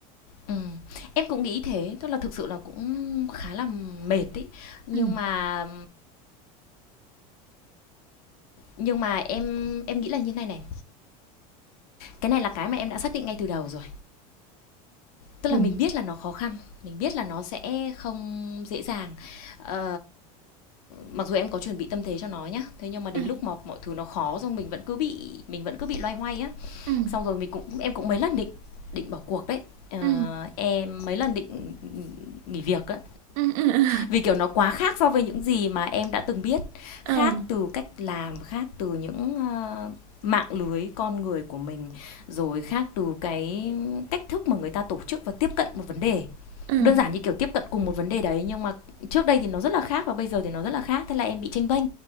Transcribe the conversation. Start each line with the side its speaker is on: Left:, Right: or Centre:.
Left: Ừ. Em cũng nghĩ thế, tức là thực sự là cũng khá là mệt ý. Nhưng
Right: ừ
Left: mà nhưng mà em em nghĩ là như này này cái này là cái mà em đã xác định ngay từ đầu rồi tức
Right: đúng
Left: là mình biết là nó khó khăn mình biết là nó sẽ không dễ dàng ờ, mặc dù em có chuẩn bị tâm thế cho nó nhá thế nhưng mà đến
Right: ừ
Left: lúc mà mọi thứ nó khó rồi mình vẫn cứ bị mình vẫn cứ bị loay hoay á
Right: ừ
Left: xong rồi mình cũng em cũng mấy lần định định bỏ cuộc đấy Ờ,
Right: ừ
Left: em mấy lần định nghỉ việc á
Right: ừ ừ <laughs>
Left: vì kiểu nó quá khác so với những gì mà em đã từng biết
Right: ừ
Left: khác từ cách làm khác từ những ờ, mạng lưới con người của mình rồi khác từ cái cách thức mà người ta tổ chức và tiếp cận một vấn đề
Right: ừ
Left: đơn giản như kiểu tiếp cận cùng một vấn đề đấy nhưng mà trước đây thì nó rất là khác và bây giờ thì nó rất là khác thế là em bị tranh bênh